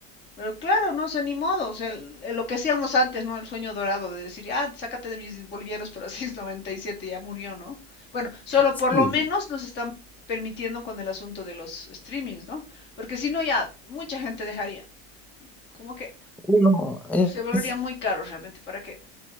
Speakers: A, on the left; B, in the centre.
A: pero claro, no sé, ni modo, o sea, el- el- lo que hacíamos antes, ¿no? El sueño dorado de decir, ah, sácate de mis bolivianos, pero a 6.97 ya murió, ¿no? Bueno, solo
B: Sí,
A: por lo menos nos están permitiendo con el asunto de los streamings, ¿no? Porque si no, ya mucha gente dejaría, como que
B: uno es.
A: se volvería muy caro realmente, ¿para qué?